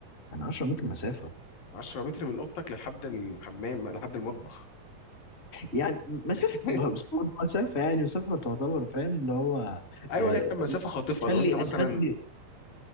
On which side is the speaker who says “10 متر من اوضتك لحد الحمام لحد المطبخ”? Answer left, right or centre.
Left